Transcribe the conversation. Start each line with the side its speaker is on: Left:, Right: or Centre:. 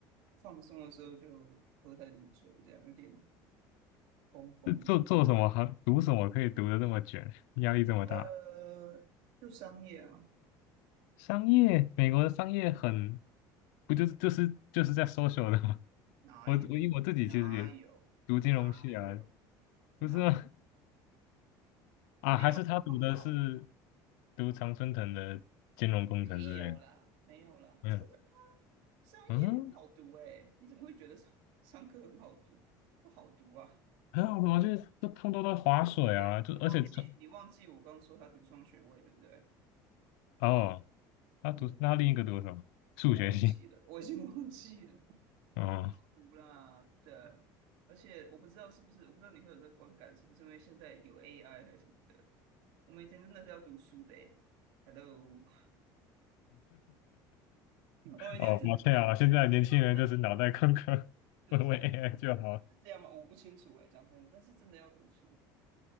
Right: 放松的时候就喝太多酒，这样有点疯疯的。
Left: 这做做什么行，读什么可以读的这么卷，压力这么大？
Right: 呃，就商业啊，
Left: 商业，美国的商业很，不就是就是就是在 social 的吗？<laughs>
Right: 哪有哪有哪有
Left: 我我因为我自己其实也读金融系啊，
Right: 哪
Left: 不是啊，<laughs> 啊还是他读的是
Right: 没有不好，
Left: 读常春藤的金融工程之类的，
Right: 没有啦，没有啦，
Left: 没有，
Right: 真的商业不好读哎、
Left: 嗯，
Right: 你怎么会觉得上商科很好读？不好读啊！
Left: 还有我觉得这通通都在划水啊，
Right: 哎、
Left: 就而且这
Right: 你忘记你忘记我刚刚说他读双学位对不对？
Left: 哦，他读那他另一个读什么？
Right: 嗯，
Left: 数学系。
Right: 我忘记了，我已经忘记了，没有那么好读啦。
Left: 哦
Right: 对，而且我不知道是不是，我不知道你会有这个观感，是不是因为现在有 AI 还是什么的？我们以前真的是要读书的诶，Hello，<laughs> 我们以前真的是要是要在，
Left: 哦，抱歉啊，现在年轻人就是脑袋空空，<laughs>
Right: 是不是
Left: 问问 AI 就好。
Right: 是这样吗？我不清楚诶，讲真的，但是真的要读书，